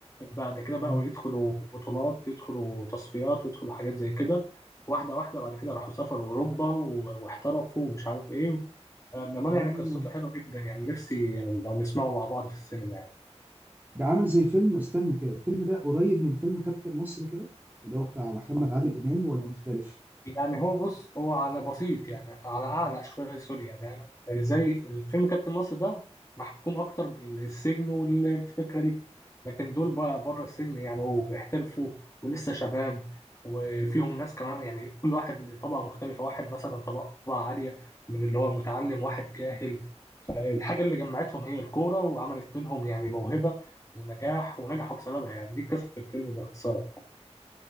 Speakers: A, on the left; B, on the right.
A: بعد كده بقوا
B: اه
A: يدخلوا بطولات يدخلوا تصفيات ويدخلوا حاجات زي كده واحدة واحدة بعد كده راحوا سافروا أوروبا و- واحترفوا ومش عارف إيه فالأمانة
B: مم.
A: يعني قصته حلوة جدا يعني نفسي لو نسمعه مع بعض في السينما يعني.
B: ده عامل زي فيلم استنى كده الفيلم ده قريب من فيلم كابتن مصر كده اللي هو بتاع محمد عادل امام ولا مختلف
A: يعني هو بص هو على بسيط يعني على اعلى شويه سوري يعني يعني زي الفيلم كابتن مصر ده محكوم اكتر بالسجن والفكره دي لكن دول بقى بره السجن يعني وبيحترفوا ولسه شباب وفيهم ناس كمان يعني كل واحد له طبقه مختلفه واحد مثلا طبقه طبقه عاليه من اللي هو متعلم واحد جاهل فالحاجه اللي جمعتهم هي الكوره وعملت منهم يعني موهبه ونجاح ونجحوا بسببها يعني دي قصه الفيلم باختصار